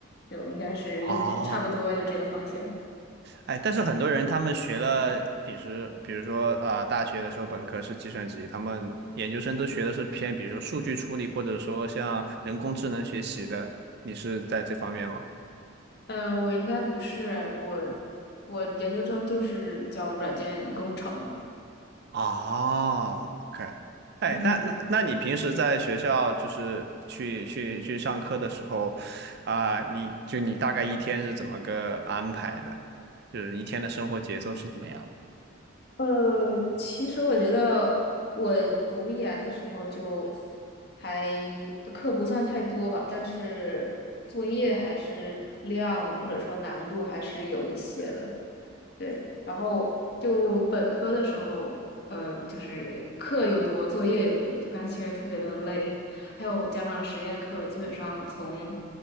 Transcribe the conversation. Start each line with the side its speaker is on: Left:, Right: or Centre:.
Left: 就应该是也也差不多就这个方向。
Right: 哦哎，但是很多人他们学了，比如比如说啊、呃大学的时候本科是计算机，他们研究生都学的是偏，比如说数据处理，或者说像人工智能学习的。你是在这方面吗？
Left: 呃，我应该不是，我我研究生就是教软件工程吧。
Right: 哦 o k 哎，
Left: 嗯。
Right: 那那那你平时在学校就是去去去上课的时候，啊、你就你大概一天是怎么个安排的？就是一天的生活节奏是怎么样的？
Left: 呃，其实我觉得我读研的时候就还呃课不算太多吧，但是作业还是量或者说难度还是有一些的。对，然后就本科的时候，呃，就是课又多，作业又多，就感觉特别的累。还有加上实验课，基本上从